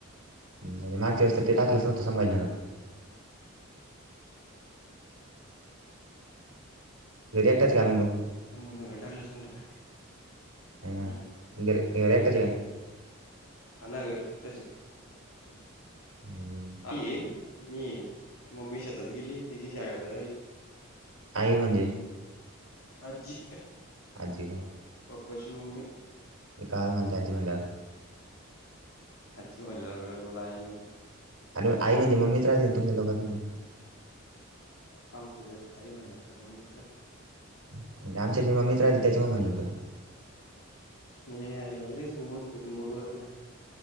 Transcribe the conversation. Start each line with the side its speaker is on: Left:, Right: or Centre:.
Right: जाऊदे मागच्या वेळेस तर ते टकलंच नव्हं संभाजनगर घरी एकटाच आहे का मग तू
Left: संभजनगर टाकलच नव्हतं
Right: नाही ना
Left: हम्म
Right: घरी घरी एकटाच आहे का
Left: हा ना घरी एकटाच आहे
Right: हम्म.
Left: आ ये मी ये मम्मी शेतात गेली दिदी शाळेवर जायले
Right: आई म्हणजे
Left: अज्जी
Right: आज्जी का
Left: पप्पाची मम्मी.
Right: ते कळाल मला ते आजी म्हणल्याव.
Left: आजी म्हणाल्या वर कळलं तूला आई नव्हं
Right: आणि आई म्हणजे मम्मीच राहते ना तुमच्या लोकांमध्ये?
Left: आमच्या हेज्यात आई म्हणल्यानंतर मम्मीच राहती.
Right: म्हणजे आमच्या हित मम्मीच राहाती त्याच्यामुळ म्हणलं मी तुला.
Left: हे आयला लईच घुमून फिरून बोलू राहिलाय.